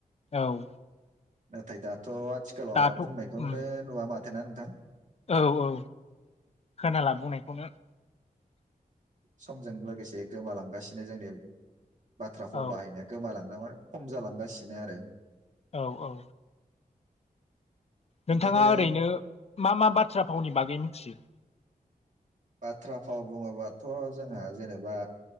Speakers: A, on the left (about 45°); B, on the right (about 55°).
A: औ
B: नाथाय दा । थ' आथिखालाव
A: दाथ'
B: म बुंनायखौनो
A: उम
B: नुवा माथ खोनादोंना नोंथां
A: औ औ खोनाला बुंनायखौनो
B: समजों लोगोसे गोमालांगासिनो जोंनि बाथ्राफ्राव
A: औ
B: बाहायनाया गोमालांदोंमोन खम जालांगासिनो आरो
A: औ औ
B: बिदिनो
A: नोंथाङा ओरैनो मा मा बाथ्रा फावनि बागै मिथियो
B: बाथ्रा फाव बुङोबाथ' जोंहा जेनेबा